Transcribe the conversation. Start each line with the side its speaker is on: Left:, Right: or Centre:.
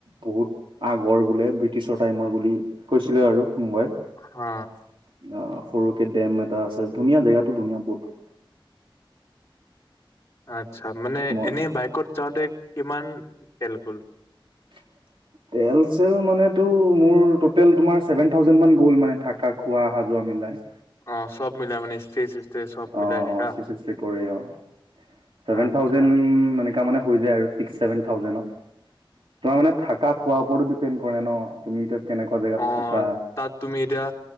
Right: বহুত আগৰ বোলে ব্ৰিটিছৰ টাইমৰ বুলি কৈছিলে আৰু। কোনোবাই অ',
Left: হা
Right: সৰুকে ডেম এটা আছে, ধুনীয়া জেগাটো ধুনীয়া বহুত।
Left: আচ্ছা, মানে
Right: মই
Left: এনেই বাইকত যাওঁতে কিমান তেল গ'ল?
Right: <inaudible> তেল চেল মানেটো মোৰ টোটেল ছেভেন থাউজেণ্ড মান গ'ল মানে থকা, খোৱা, আহা যোৱা মিলাই।
Left: অ', চব মিলাই মানে ষ্টে চব
Right: অ',
Left: মিলাই এনেকা
Right: ষ্টে ষ্টে কৰি অ', চেভেন
Left: আচ্ছা
Right: থাউজেণ্ড এনেকা মানে হৈ যায় আৰু ছিক্স, ছেভেন থাউজেণ্ডত। তোমাৰ মানে থাকা খোৱাৰ ওপৰতো ডিপেণ্ড কৰে ন' তুমি এতিয়া কেনেকুৱা জেগাত
Left: অ',
Right: থাকা।
Left: তাত তুমি এতিয়া